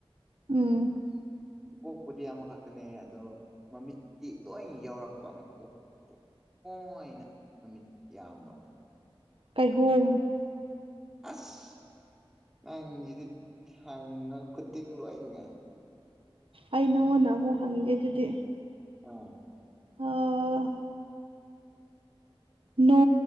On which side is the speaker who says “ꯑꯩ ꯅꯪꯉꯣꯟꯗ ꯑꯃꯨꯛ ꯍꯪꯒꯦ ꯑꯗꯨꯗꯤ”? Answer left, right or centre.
Right